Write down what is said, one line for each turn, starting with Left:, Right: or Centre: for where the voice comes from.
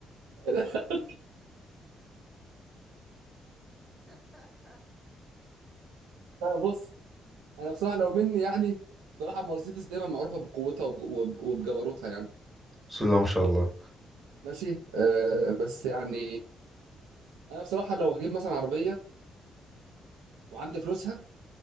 Right: <laughs> آه، بص انا بصراحه لو مني يعني بصراحه مرسيدس دايما معروفه بقوتها وب- وب- وبجبروتها يعني
Centre: بسم الله ما شاء الله
Right: ماشي آه بس يعني انا بصراحه لو هجيب مثلا عربيه وعندي فلوسها